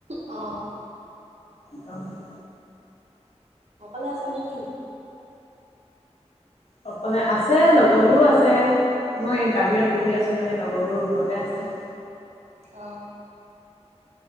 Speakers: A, on the right; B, on the left.
A: অ'।
B: অ'।
A: অকলে আছা নে কি?
B: অকলে আছে লগৰবোৰো আছে। মই বাহিৰত বহি আছো মানে লগৰ বোৰ ৰুমতে আছে।
A: অ'।